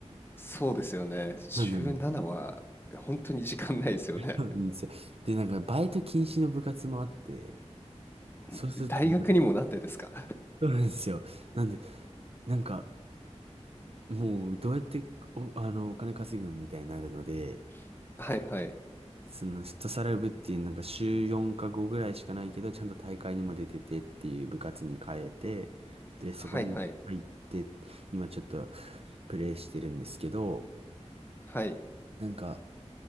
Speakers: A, on the left; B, on the right.
A: そうですよね。17は本当に時間ないですよね。
B: うんうんそうなんですよ。で、なんか、バイト禁止の部活もあって、
A: <laughs>
B: そうするともう、
A: 大学にもなってですか？
B: そうなんですよ。なんで、なんか、もう、どうやって、お、あの、お金稼ぐみたいになるので、
A: <laughs> はいはい。
B: その、フットサル部っていう、なんか、週4か5ぐらいしかないけど、ちゃんと大会にも出ててっていう部活に変えて、で、そこで入って、
A: はいはい。
B: 今ちょっと、プレイしてるんですけど、
A: はい。
B: なんか、